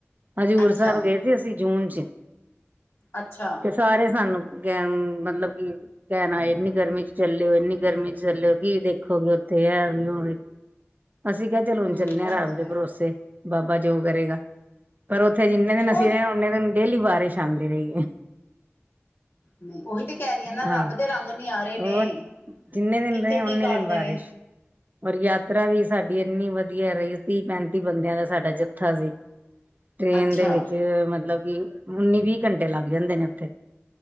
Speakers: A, on the right (about 40°); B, on the left (about 55°).
A: ਹਜ਼ੂਰ
B: ਅੱਛਾ
A: ਸਾਹਿਬ ਗਏ ਸੀ, ਅਸੀਂ ਜੂਨ ਚ
B: ਅੱਛਾ।
A: ਤੇ' ਸਾਰੇ ਸਾਨੂੰ ਕਹਿ ਮਤਲਬ ਕਿ ਕਹਿਣ ਆਏ ਇੰਨੀ ਗਰਮੀ ਚ' ਚੱਲੇ ਓ ਇੰਨੀ ਗਰਮੀ ਚ' ਚੱਲਿਓ ਕੀ ਦੇਖੋਗੇ ਉੱਥੇ ਹੈ ਵੀ ਹੋਵੇ, ਅਸੀਂ ਕ ਚਲੋ-ਚੱਲੇ
B: ਹਮ ਉਹ
A: ਆ ਰੱਬ
B: ਤੇ
A: ਦੇ
B: ਹੈ
A: ਭਰੋਸੇ ਬਾਬਾ ਜੋ ਕਰੇਗਾ ਪਰ ਉੱਥੇ ਜਿੰਨੇ ਦਿਨ
B: ਉਹ
A: ਅਸੀਂ ਰਹੇ ਆਂ ਇੰਨੇ ਦਿਨ ਡੇਲੀ ਬਾਰਿਸ਼ ਆਉਂਦੀ ਰਹੀ ਏ।
B: ਨਹੀਂ ਉਹੀ ਤੇ ਕਹਿ ਰਹੀਆਂ ਨਾ
A: ਹਾਂ
B: ਰੱਬ ਦੇ ਰੰਗ ਨਿਆਰੇ ਨੇ
A: ਹੋਰ ਜਿੰਨੇ ਦਿਨ
B: ਕਿੱਥੇ
A: ਰਹੇ
B: ਕੀ
A: ਓਨੇ
B: ਕਰ
A: ਦਿਨ
B: ਦੇਵੇ।
A: ਬਾਰਿਸ਼ ਔਰ, ਯਾਤਰਾ ਵੀ ਸਾਡੀ ਇੰਨੀ ਵਧੀਆ ਰਹੀ ਤੀਹ, ਪੈਂਤੀ ਬੰਦਿਆਂ ਦਾ ਸਾਡਾ ਜੱਥਾ ਸੀ ਟ੍ਰੇਨ
B: ਅੱਛਾ,
A: ਦੇ ਵਿੱਚ ਮਤਲਬ ਕਿ ਉੱਨੀ-ਵੀਹ ਘੰਟੇ ਲੱਗ ਜਾਂਦੇ ਨੇ ਉੱਥੇ